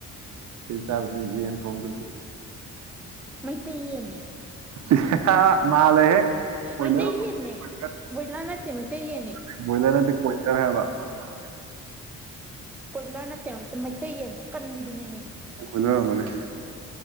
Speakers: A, on the right; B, in the centre.
A: ꯆꯥꯕꯗ ꯌꯦꯟ ꯊꯣꯡꯗ꯭ꯔꯗꯤ
B: ꯃꯩꯇꯩ ꯌꯦꯟꯅꯦ
A: ꯍꯤ ꯍꯥ ꯍꯥ ꯃꯥꯜꯂꯦꯍꯦ ꯀꯣꯏꯂꯔ
B: ꯃꯩꯇꯩ
A: ꯑꯣꯏꯔꯝꯅꯤ
B: ꯌꯦꯟꯅꯦ
A: ꯀꯣꯏꯂꯔ
B: ꯕꯣꯏꯂꯔ ꯅꯠꯇꯦ ꯃꯩꯇꯩ ꯌꯦꯟꯅꯦ
A: ꯕꯣꯏꯂꯔ ꯅꯠꯇꯦ ꯀꯣꯏꯂꯔ ꯍꯥꯏꯕ <unintelligible>
B: ꯀꯣꯏꯂꯔ ꯅꯠꯇꯦ ꯃꯩꯇꯩ ꯌꯦꯟ ꯑꯀꯟꯕꯤꯗꯨꯅꯦꯃꯤ
A: ꯀꯣꯏꯂꯔ ꯑꯣꯏꯔꯝꯒꯅꯤ